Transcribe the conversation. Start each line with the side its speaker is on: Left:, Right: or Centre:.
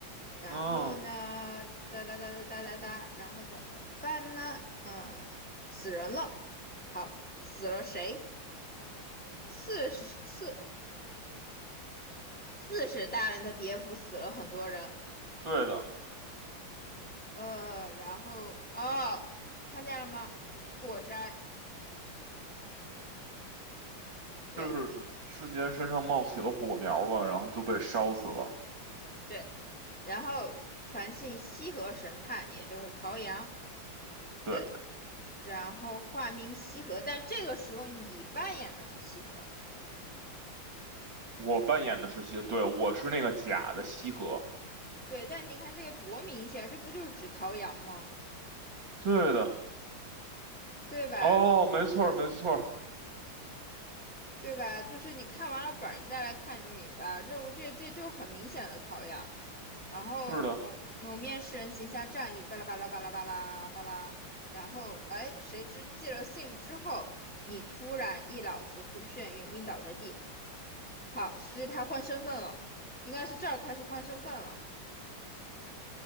Centre: 然后呢，
Right: 嗯，
Centre: 哒哒哒哒哒哒哒，然后怎么办呢？嗯，死人了，好，死了谁？四是四四是大人的别府死了很多人，
Right: 对的。
Centre: 呃，然后哦，看见了吗？火灾，对，
Right: 就是一瞬间身上冒起了火苗吧，
Centre: 一
Right: 然后都被烧死了。
Centre: 对，然后传信西河神探，也就是陶阳。
Right: 对，
Centre: 对，然后化名西河，但这个时候你扮演的是西河，
Right: 我扮演的是西，对，我是那个假的西河。
Centre: 对，但你看这个多明显，这不就是指陶阳吗？
Right: 对的，
Centre: 对吧？
Right: 哦，没错儿，没错儿，
Centre: 对吧？就是你看完了本儿，你再来看你就明白了，这我这这就很明显的陶阳。然后某某面试人行侠仗义，
Right: 是的，
Centre: 巴拉巴拉巴拉巴拉巴拉，然后哎，谁知寄了信之后，你突然一脑子忽眩晕，晕倒在地。好，所以他换身份了，应该是这儿开始换身份了，